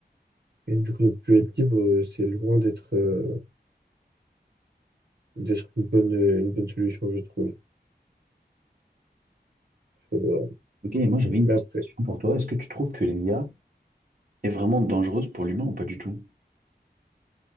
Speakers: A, on the right (about 75°); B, on the right (about 50°).
A: et du coup ne plus être libre, euh, c'est loin d'être euh, d'être une bonne, une bonne solution, je trouve. Faut, euh,
B: Ok, moi j'avais une
A: Mais
B: petite
A: après,
B: question pour toi. Est-ce que tu trouves que l'IA est vraiment dangereuse pour l'humain ou pas du tout?